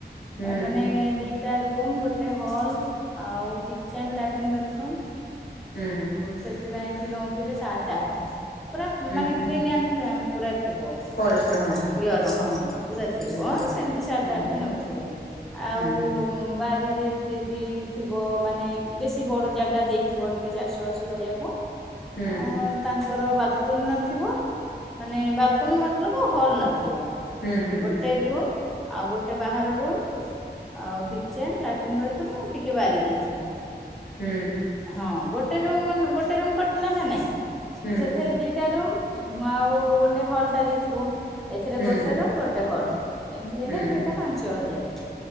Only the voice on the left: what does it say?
ହୁଁ
ହୁଁ।
ଉଁ
ହୁଁ
ପରିଷ୍କାର
ହଁ
ହୁଁ।
ହୁଁ
ହୁଁ।
ହୁଁ ହୁଁ ହୁଁ
ହୁଁ।
ହୁଁ
ହୁଁ ହୁଁ
ହୁଁ।